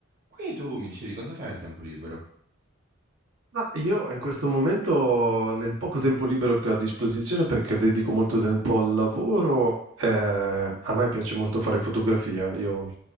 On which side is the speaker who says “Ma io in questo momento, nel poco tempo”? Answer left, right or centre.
Right